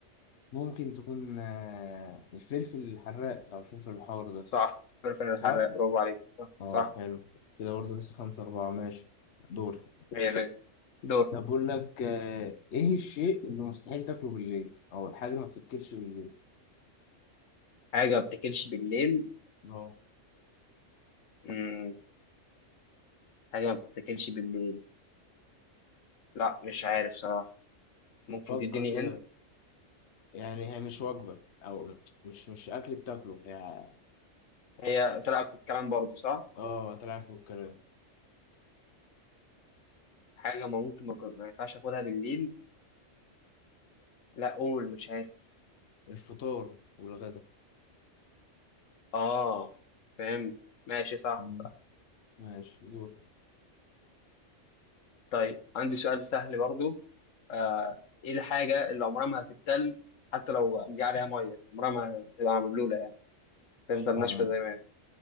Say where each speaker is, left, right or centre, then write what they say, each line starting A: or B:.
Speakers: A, on the left; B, on the left.
A: ممكن تكون آه، الفلفل الحراق أو الفلفل الحار ده
B: صح كرة
A: صح؟
B: الحراق برافو عليك صح
A: اه
B: صح
A: حلو كده برضه لسه خمسة أربعة ماشي دور
B: مية مية دور
A: طب بقول لك آه، إيه الشيء اللي مستحيل تاكله بالليل أو الحاجة اللي ما بتتاكلش بالليل؟
B: حاجة ما بتاكلش بالليل
A: اه
B: مم. حاجة ما بتاكلش بالليل لا مش عارف صراحة ممكن
A: فكر
B: تديني
A: كده
B: هند
A: يعني هي مش وجبة أو مش مش أكل بتاكله هي
B: هي تلعب في الكلام برضه صح
A: اه طلع فوق الكلام
B: حاجة ما ممكن ما كن- ما ينفعش اخدها بالليل لا قول مش عارف
A: الفطار والغدا
B: اه فهمت ماشي صح
A: مم.
B: صح
A: ماشي دور
B: طيب عندي سؤال سهل برضه آه ايه الحاجة اللي عمرها ما هتتبل حتى لو جه عليها مية عمرها ما هتبقى مبلولة يعني تفضل
A: عم
B: ناشفة زي ما هي